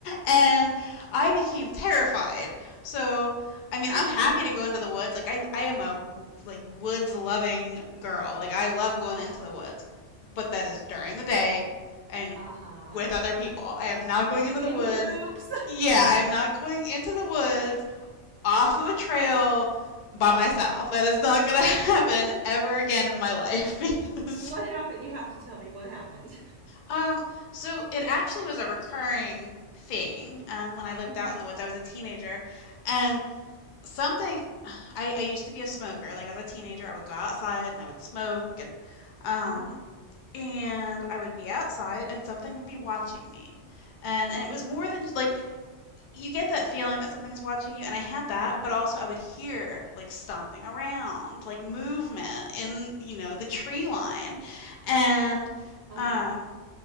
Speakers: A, on the left; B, on the right.
A: and I became terrified. So I mean,
B: What?
A: I'm happy
B: <laughs>
A: to go into the woods. Like I I am a like woods loving girl. Like I love going
B: Uh-huh.
A: into the woods, but that is during the day and
B: Uh-huh.
A: with other people. I am not going into
B: In
A: the woods.
B: groups. <laughs>
A: Yeah, I am not going into the woods off of a trail by myself. That is not going to <laughs> happen ever again in my life <laughs> because
B: What happened? You have to tell me what happened.
A: um, so it actually was a recurring thing um, when I lived
B: hmm
A: out in the woods. I was a teenager, and something I, I used to be a smoker. Like as a teenager, I would go outside and I would smoke, and um,
B: Uh-huh.
A: and I would be outside, and something would be watching me, and and it was more than like you get that feeling that something's watching you, and I had that,
B: Uh-huh.
A: but also I would hear like stomping around, like movement in you know the tree line, and
B: Uh-huh.
A: um